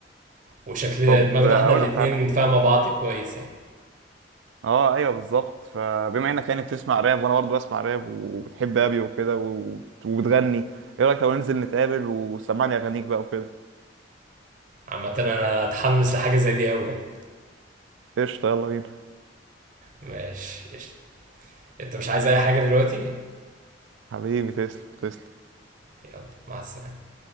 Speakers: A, on the right; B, on the right.
A: وشكل
B: طب
A: دماغنا
B: آه،
A: احنا
B: اقول
A: الاتنين
B: لك على
A: فاهمة بعض كويس يعني
B: اه ايوه بالظبط فبما انك يعني بتسمع راب وانا برضو بسمع راب وبتحب ابي وكده وبت- وبتغني ايه رايك لو ننزل نتقابل وسمعني اغانيك بقى وكده
A: عامة انا اتحمس لحاجة زي دي قوي يعني.
B: قشطه يلا بينا
A: ماشي قشطة. انت مش عايز اي حاجة دلوقتي؟
B: حبيبي تسلم تسلم
A: يلا مع السلامة